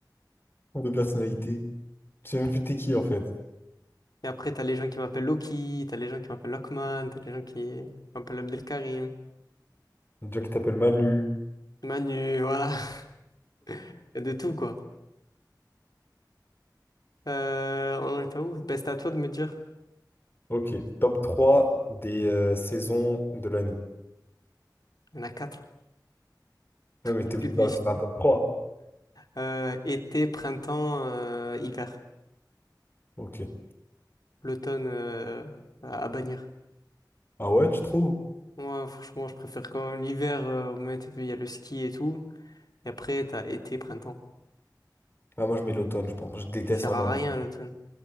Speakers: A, on the left; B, on the left.
A: tours de personnalité. Tu sais même plus t'es qui, en fait.
B: Et après, t'as les gens qui m'appellent Loki, t'as les gens qui m'appellent Lockman, t'as les gens qui m'appellent Abdelkarim,
A: Un gars qui t'appelle Manu.
B: Manu, voilà. <laughs> Il y a de tout, quoi. Euh, on en est à où? Ben, c'est à toi de me dire.
A: Ok. Top 3 des euh, saisons de l'année.
B: Il y en a quatre.
A: Ouais,
B: <laughs>
A: mais
B: Il
A: t'es obligé d'en
B: suffit.
A: faire un top trois
B: Euh, été, printemps, euh, hiver.
A: Ok.
B: L'automne, euh, à à bannir.
A: Ah ouais, tu trouves?
B: Moi, franchement, je préfère quand même l'hiver, euh, au moins, t'as vu, il y a le ski et tout. Et après, t'as été, printemps.
A: Ah, moi, je mets l'automne, je pense. Je déteste
B: Il sert
A: vraiment
B: à
A: l'hiver.
B: rien, l'automne.